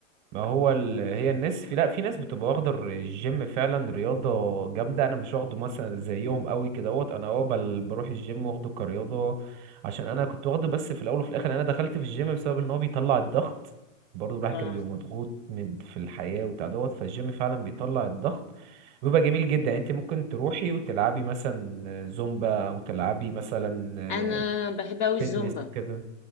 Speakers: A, on the right (about 35°); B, on the left (about 40°).
A: ما هو ال... هي الناس في لا في ناس بتبقى واخدة الجيم فعلا رياضة جامدة انا مش واخده مثلا زيهم قوي كدهوت انا اه بل- بروح الجيم واخده كرياضة عشان انا كنت واخده بس في الاول وفي الاخر انا دخلت في الجيم بسبب ان هو بيطلع الضغط برضه الواحد
B: اه
A: كان بيبقى مضغوط من في الحياة وبتاع دوت فالجيم فعلا بيطلع الضغط وبيبقى جميل جدا يعني انت ممكن تروحي وتلعبي مثلا زومبا او تلعبي مثلا
B: أنا بحب أوي الزومبا
A: فيتنس وكده